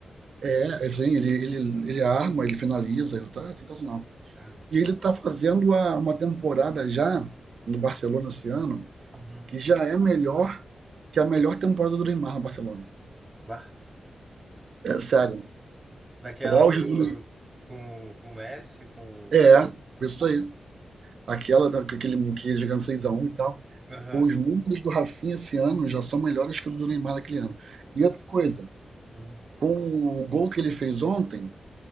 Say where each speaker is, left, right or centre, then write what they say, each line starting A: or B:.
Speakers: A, on the right; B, on the right.
A: é, assim, ele, ele, ele arma, ele finaliza, ele tá sensacional.
B: Ah, muito
A: E ele
B: bom.
A: tá fazendo a- uma temporada já no Barcelona esse ano,
B: Uhum.
A: que já é melhor que a melhor temporada do Neymar no Barcelona.
B: Bah,
A: É sério.
B: Daquela
A: O auge
B: do.
A: do
B: Com, com o Messi, com
A: É,
B: o.
A: isso aí. Aquela, da- com aquele que jogando seis a um e tal.
B: Aham.
A: Os números do Rafinha esse ano já são melhores que o do Neymar naquele ano. E outra coisa,
B: Uhum.
A: com o gol que ele fez ontem,